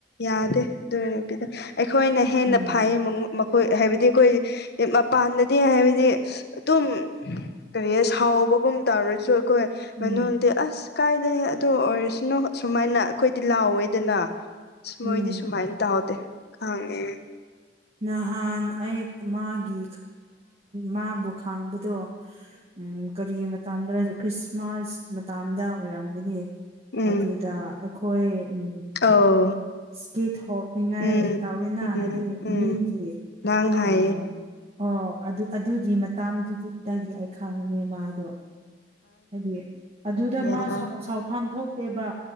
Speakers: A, on the left; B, on the right.
A: ꯌꯥꯗꯦ ꯑꯗꯨ ꯅꯨꯄꯤꯗꯣ ꯑꯩꯈꯣꯏꯅ ꯍꯦꯟꯅ
B: ꯎꯝ
A: ꯐꯩꯌꯦ ꯃꯉꯣ ꯃ ꯍꯣꯏ ꯍꯥꯏꯕꯗꯤ ꯑꯈꯣꯏ ꯃꯄꯥꯟꯗꯗꯤ ꯍꯥꯏꯕꯗꯤ ꯑꯗꯨꯝ ꯀꯔꯤ ꯁꯥꯎꯕꯒꯨꯝ ꯇꯥꯔꯁꯨ ꯑꯈꯣꯏ
B: ꯎꯝ
A: ꯃꯅꯨꯡꯗꯤ ꯑꯁ ꯀꯥꯏꯗꯦ ꯑꯗꯨ ꯑꯣꯏꯔꯁꯅꯨ ꯁꯨꯃꯥꯏꯅ ꯑꯈꯣꯏꯗꯤ ꯂꯥꯎꯋꯦꯗꯅ
B: ꯎꯝ
A: ꯃꯣꯏꯗꯤ ꯁꯨꯃꯥꯏꯅ ꯇꯥꯎꯗꯦ ꯈꯥꯡꯉꯦ
B: ꯅꯍꯥꯟ ꯑꯩ ꯃꯥꯒꯤ ꯃꯥꯕꯨ ꯈꯥꯡꯕꯗꯣ ꯎꯝ ꯀꯔꯤ ꯃꯇꯗꯔ ꯈ꯭ꯔꯤꯁꯃꯥꯁ ꯃꯇꯝꯗ ꯑꯣꯏꯔꯝꯒꯅꯤ
A: ꯎꯝ
B: ꯑꯗꯨꯗ ꯑꯈꯣꯏ ꯎ
A: ꯑꯧ
B: ꯁ꯭ꯀꯤꯠ ꯊꯣꯡꯅꯤꯉꯥꯏ
A: ꯎꯝ
B: ꯇꯥꯋꯤꯅ
A: ꯎꯝ
B: ꯍꯥꯏꯗꯤ
A: ꯎꯝ
B: ꯃꯤꯒꯤ
A: ꯅꯪ ꯍꯥꯏꯌꯦ
B: ꯑꯥ ꯑꯣ ꯑꯗꯨ ꯑꯗꯨꯒꯤ ꯃꯇꯥꯡꯗꯨꯗꯤ ꯑꯩ ꯈꯪꯈꯔꯦ ꯃꯥꯗꯣ ꯍꯥꯏꯗꯤ ꯑꯗꯨꯗ
A: ꯌꯥꯝ
B: ꯃꯥ ꯁꯥꯎꯐꯝ ꯊꯣꯛꯇꯦꯕ